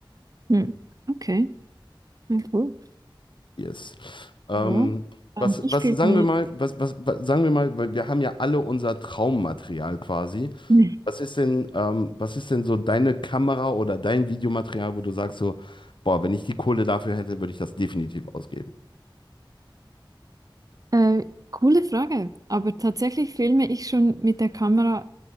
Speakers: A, on the right (about 45°); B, on the left (about 65°).
A: Hm. Okay, ja, cool.
B: Yes. Ähm,
A: Ja. Ähm,
B: was,
A: Ich
B: was
A: filme.
B: sagen wir mal, was, was, was sagen wir mal, weil wir haben ja alle unser Traummaterial quasi.
A: <laughs>
B: Was ist denn, ähm, was ist denn so deine Kamera oder dein Videomaterial, wo du sagst so, boah, wenn ich die Kohle dafür hätte, würde ich das definitiv ausgeben.
A: Äh, coole Frage, aber tatsächlich filme ich schon mit der Kamera,